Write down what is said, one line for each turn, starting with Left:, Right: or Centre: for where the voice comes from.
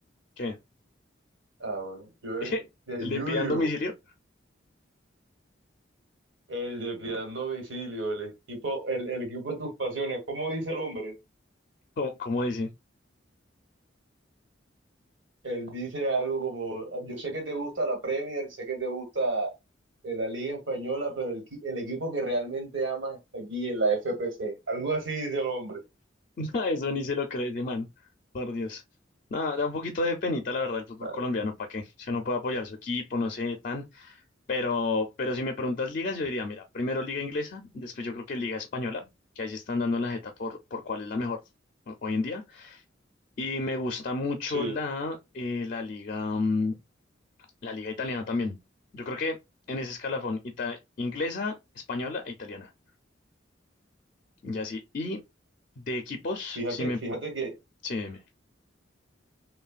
Left: ¿Qué?
Right: Ah, bueno, yo
Left: <laughs>
Right: del
Left: ¿Le
Right: Yuyu.
Left: pidan domicilio?
Right: El de Piedad Domicilio, el equipo, el, el equipo de tus pasiones. ¿Cómo dice el hombre?
Left: ¿Cómo, cómo dice?
Right: Él dice algo como, yo sé que te gusta la Premier, sé que te gusta eh, la Liga Española, pero el, qui- el equipo que realmente amas está aquí en la FPC. Algo así dice el hombre.
Left: <laughs> No, eso ni se lo cree ese man. Por Dios. No, da un poquito de penita, la verdad, el fútbol
Right: Ah,
Left: colombiano, ¿para qué? Se no puede apoyar su equipo, no sé, tan. Pero, pero si me preguntas ligas, yo diría, mira, primero liga inglesa, después yo creo que liga española, que ahí se están dando en la jeta por, por cuál es la mejor ho- hoy en día. Y me gusta mucho
Right: Sí,
Left: la, eh, la liga. mm, La liga italiana también. Yo creo que en ese escalafón, ita- inglesa, española e italiana. Ya sí. Y de equipos,
Right: fíjate,
Left: sí me,
Right: fíjate que
Left: sí me